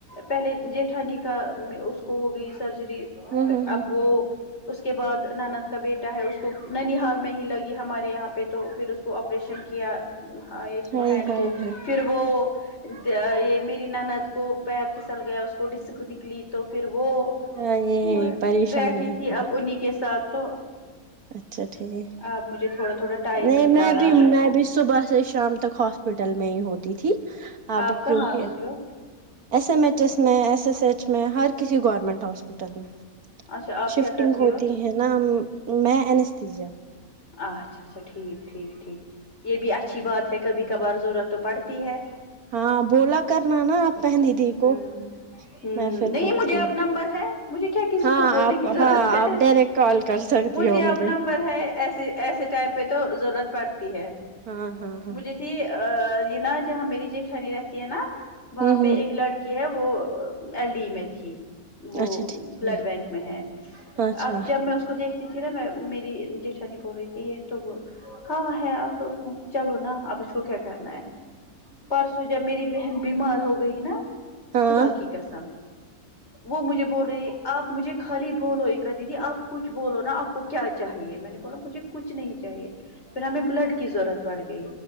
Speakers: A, on the left (about 45°); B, on the right (about 75°).
A: پہلے جیٹھانی کا اس کو ہو گئی سرجری
B: ہ
A: اب وہ اس کے بعد نانند کا بیٹا ہے اس کو ننی حال میں ہی لگی ہمارے یہاں پہ تو پھر اس کو آریشن کیا اس کو
B: ہائے
A: ہینڈ
B: ہائے
A: کو
B: ہائے
A: پھر وہ یہ میری ند کو پیر پھسل گیا اس کو ڈسک نکلی تو پھر وہ
B: ہائے
A: میں
B: پریشانی
A: بیٹھی
B: ہے
A: تھی
B: میرے
A: اب انہیں کے ساتھ تو
B: اچھا ٹھیک
A: اب مجھے تھوڑا تھوڑا ٹائم
B: نہیں
A: مل
B: میں
A: پا رہا
B: بھی
A: ہے
B: میں بھی صبح سے شام تک ہاسپٹل میں ہی ہوتی تھی اب
A: آپ کہاں
B: کیونکہ
A: ہوتی ہو
B: ایس ایم ایچ ایس میں ایس ایس ایچ میں ہر کسی گورنمنٹ ہاسپیٹل میں
A: اچھا آپ
B: شفٹنگ
A: کیا کرتی
B: ہوتی
A: ہو
B: ہے نا میں اجیا
A: اچھا اچھا ٹھیک ٹھیک ٹھیک یہ بھی اچھی بات ہے کبھی کبھار ضرورت تو پڑتی ہے
B: ہاں بولا کرنا نا آپ پہن د دی
A: ہوں
B: کو
A: ہوں
B: میں پھر
A: نہیں
B: کرتی
A: مجھے اب
B: ہوں
A: نمبر ہے مجھے کیا کسی
B: ہاں
A: کو بولنے
B: آپ
A: کی ضرورت
B: ہاں
A: ہے
B: آپ ڈائریکٹ کال کر سکتی
A: مجھے
B: ہو مجھے
A: اب نمبر ہے ایسے ایسے ٹائم پہ تو ضرورت پڑتی ہے
B: ہاں ہاں ہاں
A: مجھے یہ نا جہاں میری جٹھانی رہتی ہے نا وہاں
B: ہوں
A: پہ
B: ہوں
A: ایک لڑکی ہے وہ ایل ڈی میں تھی وہ
B: اچھا ٹھیک
A: بلڈ
B: ہے
A: بینک میں ہے
B: اچھا
A: اب جب میں اس اس کو دیکھتی تھی نا میں میری جیشھانی بول رہی تھی تو وہ ہاں ہے اب چلو نا اب اس کو کیا کرنا ہے پرسوں جب میری بہن بیمار ہو گئی نا
B: ہاں
A: خدا کی قسم وہ مجھے بول رہے آپ مجھے خالی بولو ایکرا دیدی آپ کچھ بولو نا آپ کو کیا چاہیے میں نے بولا مجھے کچھ نہیں چاہیے پھر ہمیں بلڈ کی ضرورت پڑ گئی